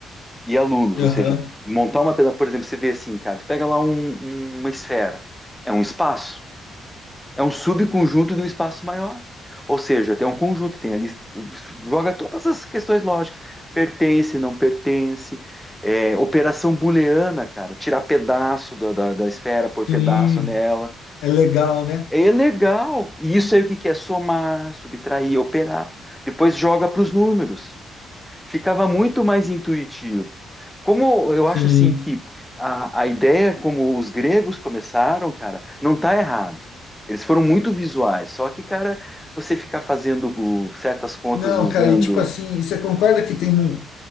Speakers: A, in the centre; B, on the left.
A: e alunos,
B: Aham.
A: ou seja, montar uma pedagogia, por exemplo, você vê assim, cara, você pega lá um- um- uma esfera, é um espaço, é um subconjunto de um espaço maior. Ou seja, tem um conjunto, tem ali, joga todas as questões lógicas. Pertence, não pertence. É, operação booleana, cara. Tirar pedaço da, da, da esfera, pôr pedaço
B: Sim,
A: nela.
B: é legal, né?
A: É legal. E isso aí o que que é? Somar, subtrair, operar. Depois joga para os números ficava muito mais intuitivo. Como eu acho
B: Sim.
A: assim que a, a ideia como os gregos começaram, cara, não tá errado. Eles foram muito visuais, só que, cara, você ficar fazendo o- certas contas
B: Não,
A: usando.
B: cara, e tipo assim, e você concorda que tem um.